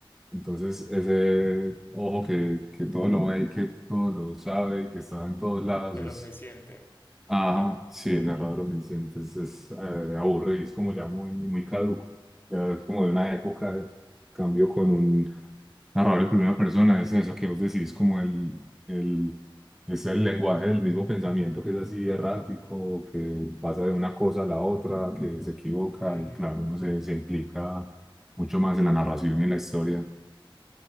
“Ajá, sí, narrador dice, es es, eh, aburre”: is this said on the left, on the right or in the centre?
Centre